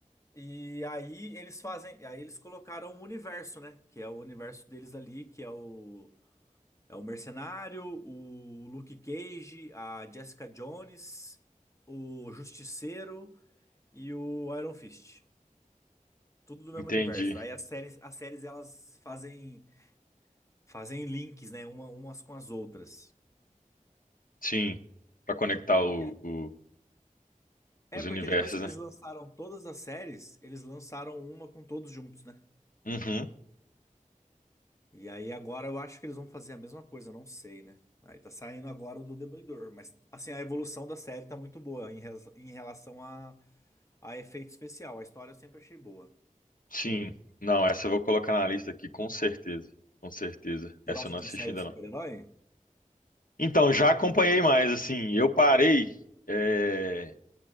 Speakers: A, on the left; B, on the left.
A: E aí eles fazem, aí eles colocaram o universo, né? Que é o universo deles ali, que é o É o Mercenário, o Luke Cage, a Jessica Jones, o Justiceiro e o Iron Fist. Tudo do mesmo
B: Entendi.
A: universo. Aí as séries, as séries elas fazem fazem links, né, uma, umas com as outras.
B: Sim. Pra conectar o,
A: É
B: o-
A: É
B: os
A: porque
B: universos,
A: depois que
B: né?
A: eles lançaram todas as séries, eles lançaram uma com todos juntos, né?
B: Uhum.
A: E aí agora eu acho que eles vão fazer a mesma coisa, não sei, né? Aí tá saindo agora o do Demolidor, mas assim, a evolução da série tá muito boa em, res- em relação a, a efeito especial. A história eu sempre achei boa.
B: Sim. Não, essa eu vou colocar na lista aqui, com certeza. Com certeza.
A: Você
B: Essa
A: gosta
B: eu não
A: de
B: assisti
A: série
B: ainda,
A: de super-herói?
B: não. Então, já acompanhei mais, assim. Eu parei. é,